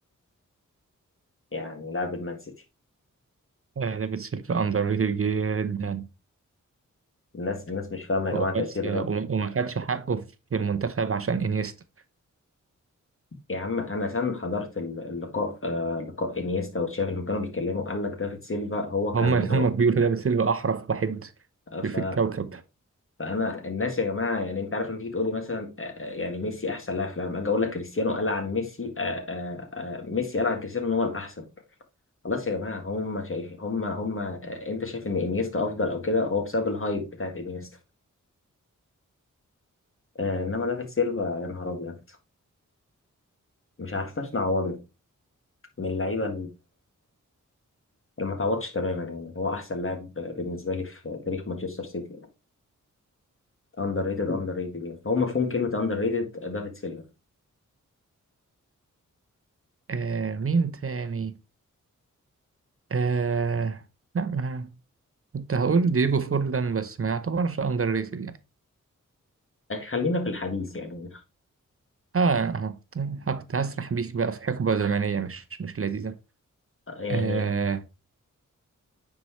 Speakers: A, on the left; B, on the right.
A: يعني لاعب المان سيتي
B: آه، دافيد سيلفا اندر ريتد جدا
A: الناس الناس مش فاهمة يا
B: هو
A: جماعة تأثير
B: بس آه، وما وما خدش حقه في المنتخب عشان انيستا
A: يا عم انا سام حضرت ال- اللقاء آه لقاء انيستا وتشافي لما كانوا بيتكلموا قال لك دافيد سيلفا هو كان
B: هم اللي هم
A: رعب
B: بيقولوا دافيد سيلفا احرف واحد
A: ف
B: في الكوكب
A: فانا الناس يا جماعه يعني انت عارف لما تيجي تقول لي مثلا آه، آه، يعني ميسي احسن لاعب في العالم اجي اقول لك كريستيانو قال عن ميسي آه، آه، آه، ميسي قال عن كريستيانو ان هو الاحسن خلاص يا جماعه هم شايفين هم هم آه، انت شايف ان انيستا افضل او كده هو بسبب الهايب بتاعت انيستا آه، انما دافيد سيلفا يا نهار ابيض مش عارفناش نعوضه من اللعيبه ما تعوضش تماما يعني هو احسن لاعب بالنسبه لي في تاريخ مانشستر سيتي اندر ريتد اندر ريتد يعني فهو مفهوم كلمه اندر ريتد دافيد سيلفا
B: آه مين تاني آه لا ما كنت هقول دييجو فورلان بس ما يعتبرش اندر ريتد يعني
A: خلينا في الحديث يعني
B: اه آه، كنت كنت هسرح بيك بقى في حقبة زمنية مش مش لذيذة
A: يعني
B: آه